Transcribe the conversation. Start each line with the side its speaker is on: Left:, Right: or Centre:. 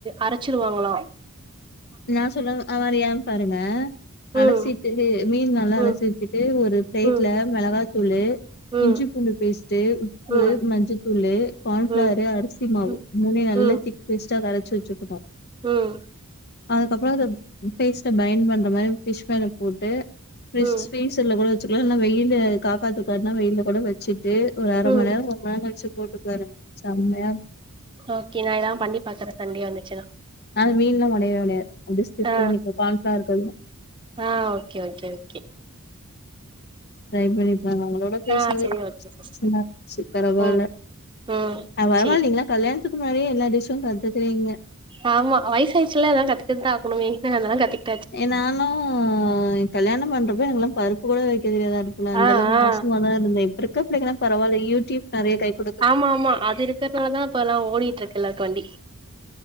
Right: அரச்சிருவாங்களா
Left: நா சொல்ல அ மாரியானு பாருங்க அலசிட்டு
Right: ம்
Left: மீன் நல்லா
Right: ம்
Left: அலசி வச்சுட்டு ஒரு பிளேட்ல
Right: ம்
Left: மெளகாத்தூளு
Right: ம்
Left: இஞ்சி பூண்டு பேஸ்ட்டு உப்பு
Right: ம்
Left: மஞ்சத்தூளு கார்ன் ஃபிளவரையு
Right: ம்
Left: அரிசி மாவு
Right: ம்
Left: மூணையு நல்லா
Right: ம்
Left: திக் பேஸ்டா கரச்சு வெச்சுக்குரோ
Right: ம்
Left: அதுக்கப்புறோம் அத ஃபேஸ்ட பைண்ட் பண்ற மாரி ஃபிஷ் மேல போட்டு ஃபரீஸ்
Right: ம்
Left: ஃப்ரீஸர்ல கூட வெசசுக்குலா இல்ல வெயிலு காக்கா தூக்காதுனா வெயில்ல கூட வெச்சுட்டு ஒரு அர
Right: ம்
Left: மணி நேர ஒரு மணி நேரோ கழிச்சு போட்டு பாருங்க செம்மயா இரு
Right: ஓகே நா இதலா பண்ணி பாக்குறே சண்டே வந்துச்சுனா
Left: அது மீன்லா ஒடையவே ஒடையாது அப்டியே ஸ்டிஃப்பா
Right: ஆ
Left: நிக்கு கான்பிளார்க்கு அதுவு
Right: ஆ ஓகே ஓகே ஓகே
Left: ட்ரை பண்ணி பாருங்க அவளோ ஒங்க கூட பேஸ்னது
Right: ஆ சரி
Left: ரொம்ப
Right: ஓகே
Left: சந்தோசமா
Right: சிஸ்டர்
Left: இருந்துச்சு பரவால்ல
Right: ம் ம்
Left: நா வரமால்
Right: சேரி
Left: நீங்ள கல்யாணத்துக்கு முன்னாடியே எல்லா டிஷ்ஷு கத்துக்குறீங்க
Right: ஆமா வயசாயிச்சுல்ல அதா கத்துக்கட்டுதா ஆகனு வீட்ல இருந்தாதா கத்து
Left: ஏ நானு‌ எ கல்யாணம் பண்றப்போ எனக்கெல்லா பருப்பு கூட வக்க தெரியாது அடுப் புல அந்தளவுக்கு
Right: ஆ ஆ
Left: மோசமா தா இருந்தே இப்ப இருக்கற புள்ளைங்களா பரவால்லை யூடியூப் நெறைய கை குடுக்குது
Right: ஆமாமா அது இருக் கதுனால தா இப்பல்லா ஓடிட்டு இருக்கு எல்லாருக்கு வண்டி